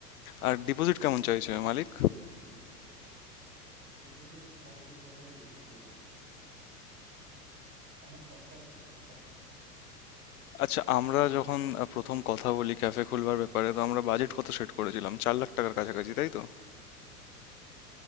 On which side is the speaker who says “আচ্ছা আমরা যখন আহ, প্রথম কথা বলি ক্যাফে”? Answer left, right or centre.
Left